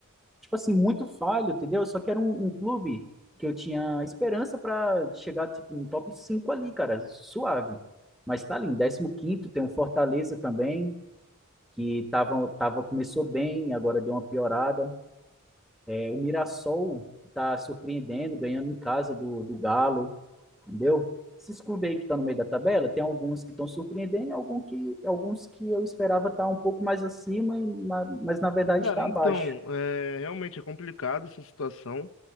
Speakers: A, in the centre; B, on the left.
A: tipo assim, muito falho, entendeu? Só que era um, um clube que eu tinha esperança para chegar, tipo, no top 5 ali, cara, suave. Mas tá ali, em 15º, tem o Fortaleza também, que tava, tava, começou bem, agora deu uma piorada. É, o Mirassol está surpreendendo, ganhando em casa do, do Galo, entendeu? Esses clubes aí que estão tá no meio da tabela, tem alguns que estão surpreendendo, e alguns que, alguns que eu esperava estar tá um pouco mais acima, mas na verdade
B: Cara,
A: está
B: então,
A: abaixo.
B: é, realmente é complicado essa situação.